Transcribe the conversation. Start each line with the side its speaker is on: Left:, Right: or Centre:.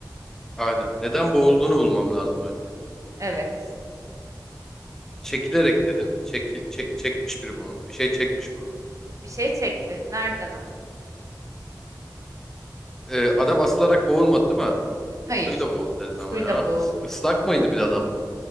Centre: Aynen. Neden boğulduğunu bulmam lazım önce.
Right: Evet.
Centre: Çekilerek dedin. Çek, çek, çekmiş biri bunu. Bir şey çekmiş bunu.
Right: Bir şey çekti. Nereden ama?
Centre: Ee, adam asılarak boğulmadı değil mi?
Right: Hayır.
Centre: Suyla boğuldu dedin
Right: Suyla
Centre: ama ya.
Right: boğuldu.
Centre: Is- Islak mıydı bir de adam?